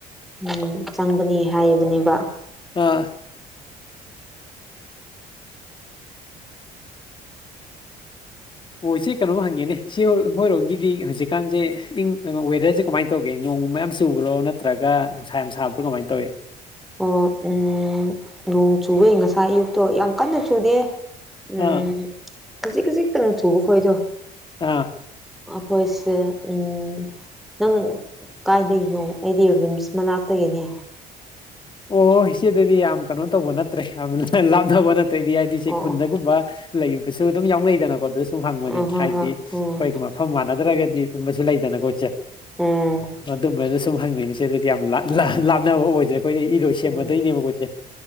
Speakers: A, in the centre; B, on the left.
A: ꯎꯝ ꯆꯪꯕꯅꯤ ꯍꯥꯏꯕꯅꯦꯕ
B: ꯑꯥ ꯑꯣ ꯢꯆꯦ ꯀꯩꯅꯣꯝ ꯍꯪꯒꯦꯅꯦ ꯢꯆꯦ ꯍꯣ ꯍꯣꯏꯔꯣꯝ ꯒꯤꯗꯤ ꯍꯧꯖꯤꯛꯀꯥꯟꯁꯦ ꯏꯪ ꯑ ꯋꯦꯗꯔꯁꯦ ꯀꯃꯥꯏꯟ ꯇꯧꯒꯦ ꯅꯣꯡꯒꯨꯝꯕ ꯌꯥꯝ ꯆꯨꯕ꯭ꯔꯣ ꯅꯠꯇ꯭ꯔꯒ ꯅꯨꯡꯁꯥ ꯌꯥꯝ ꯁꯥꯕ ꯀꯃꯥꯏꯟ ꯇꯧꯋꯤ
A: ꯑꯣ ꯎꯝ ꯅꯣꯡ ꯆꯨꯋꯤ ꯉꯁꯥꯏ ꯑꯌꯨꯛꯇꯣ ꯌꯥꯝ ꯀꯟꯅ ꯆꯨꯗꯦ ꯎꯝ
B: ꯑꯥ
A: ꯈꯖꯤꯛ ꯈꯖꯤꯛꯇꯪ ꯆꯨꯕ ꯈꯣꯏꯗꯣ
B: ꯑꯥ
A: ꯑꯩꯈꯣꯏꯁꯤꯅ ꯎꯝ ꯅꯪ ꯀꯥꯏꯗꯩꯅꯣ ꯑꯩꯗꯤ ꯔꯤꯝꯁ ꯃꯅꯥꯛꯇꯒꯤꯅꯦ
B: ꯑꯣ ꯏꯆꯦꯗꯨꯗꯤ ꯌꯥꯝ ꯀꯩꯅꯣ ꯇꯧꯕ ꯅꯠꯇ꯭ꯔꯦ ꯌꯥꯝ ꯑꯍ ꯂꯥꯞꯅꯕ ꯅꯠꯇ꯭ꯔꯦꯗꯤ ꯍꯥꯏꯗꯤ ꯏꯆꯦ
A: ꯑꯣ
B: ꯈꯨꯟꯗꯒꯨꯝꯕ ꯂꯩꯕꯁꯨ ꯑꯗꯨꯝ ꯌꯥꯎꯅꯩꯗꯅꯀꯣ ꯑꯗꯨ ꯁꯨꯝ ꯍꯪꯕꯅꯤ
A: ꯑꯣ ꯑ ꯍꯣꯏ
B: ꯍꯥꯏꯗꯤ
A: ꯍꯣꯏ
B: ꯑꯩꯈꯣꯏꯒ
A: ꯎꯝ
B: ꯃꯐꯝ ꯃꯥꯟꯅꯗ꯭ꯔꯒꯗꯤ ꯑꯗꯨꯝꯕꯁꯨ ꯂꯩꯗꯅꯀꯣ ꯢꯆꯦ
A: ꯎꯝ
B: ꯑꯗꯨꯝꯕ ꯁꯨꯝ ꯍꯪꯉꯤꯅꯦ ꯢꯆꯦ ꯑꯗꯨꯗꯤ ꯌꯥꯝ ꯂ ꯂꯍ ꯂꯥꯞꯅꯕ ꯑꯣꯏꯗ꯭ꯔꯦ ꯑꯩꯈꯣꯏꯗꯩ ꯏꯔꯣꯢꯁꯦꯝꯕꯗꯩꯅꯦꯕ
A: ꯎꯝ
B: ꯃꯣꯢꯁꯦ